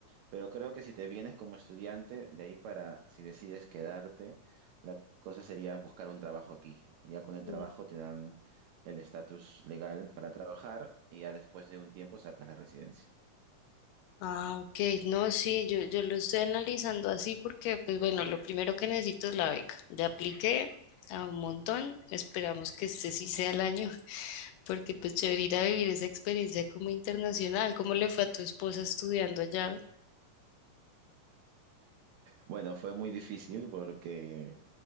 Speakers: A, on the right (about 80°); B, on the left (about 85°).
A: Pero creo que si te vienes como estudiante, de ahí para, si decides quedarte, la cosa sería buscar un trabajo aquí. Ya con el
B: no.
A: trabajo te dan el estatus legal para trabajar y ya después de un tiempo sacas la residencia.
B: Ah, ok, no, sí, yo, yo lo estoy analizando así porque, pues bueno, lo primero que necesito es la beca. Ya apliqué a un montón, esperamos que este sí sea el año, <laughs> porque pues chévere ir a vivir esa experiencia como internacional. ¿Cómo le fue a tu esposa estudiando allá?
A: Bueno, fue muy difícil porque